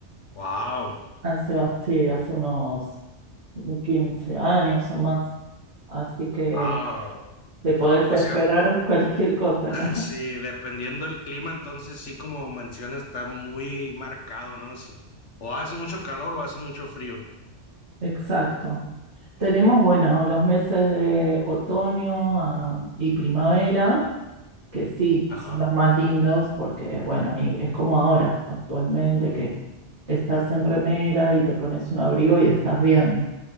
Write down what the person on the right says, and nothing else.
hace, basti- hace unos 15 años o más. Así que
te podés
esperar
cualquier cosa acá.
<laughs> Exacto. Tenemos, bueno, los meses de otoño, ah, y primavera, que sí,
son los más lindos porque, bueno, ahí es como ahora, actualmente, que estás en remera y te pones un abrigo y estás bien.